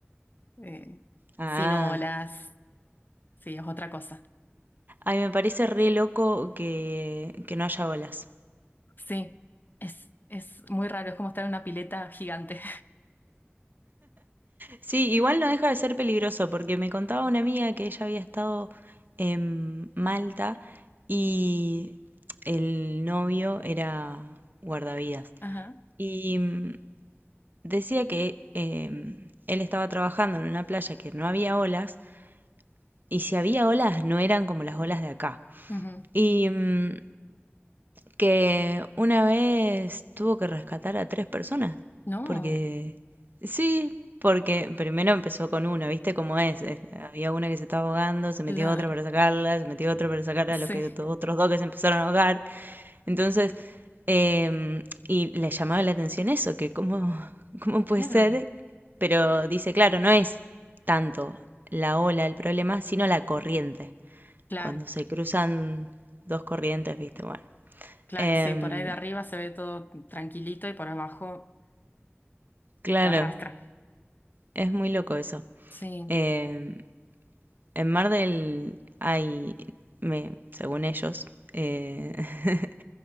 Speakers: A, on the left (about 45°); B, on the right (about 50°).
A: eh,
B: Ah,
A: sin olas, sí, es otra cosa.
B: ay, me parece re loco que, que no haya olas.
A: Sí, es, es muy raro, es como estar en una pileta gigante.
B: Sí, igual no deja de ser peligroso, porque me contaba una amiga que ella había estado en Malta y el novio era guardavidas.
A: <laughs> Ajá.
B: Y mm, decía que eh, él estaba trabajando en una playa que no había olas, y si había olas no eran como las olas de acá.
A: Ujú.
B: Y mm, que una vez tuvo que rescatar a tres personas,
A: No,
B: porque sí, porque primero empezó con una, ¿viste cómo es? Es- Había una que se estaba ahogando, se
A: claro.
B: metió otra para sacarla, se metió otra para sacar
A: Sí,
B: a los que otros dos que se empezaron a ahogar, entonces, em, y le llamaba la atención eso, que cómo, <laughs> cómo puede
A: claro.
B: ser, pero dice, claro, no es tanto la ola el problema, sino la corriente.
A: Claro,
B: Cuando se cruzan dos corrientes, viste, bueno.
A: claro,
B: Em,
A: sí. Por ahí de arriba se ve todo tranquilito y por abajo
B: claro,
A: te arrastra.
B: es muy loco eso.
A: Sí,
B: Em, en Mar del hay, me, según ellos, eh, <laughs>